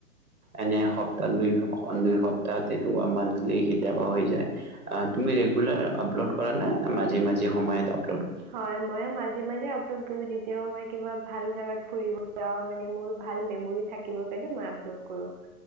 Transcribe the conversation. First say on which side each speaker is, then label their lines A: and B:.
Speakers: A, on the right; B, on the right.
A: এনে সপ্তাহ- দুইসপ্তাহ তেনেকুৱা মন্থলী কেতিয়াবা হৈ যায়। তুমি ৰেগুলাৰ আপলোড কৰা নে? নে মাজে মাজে সময়ত আপ
B: হয়, মইও মাজে মাজে আপ <unintelligible> যেতিয়াও মই কিবা ভাল জাগাত ফুৰিব যাওঁ মানে মোৰ ভাল মেমৰি থাকে দিবৰ কাৰণে মই আপলোড কৰোঁ।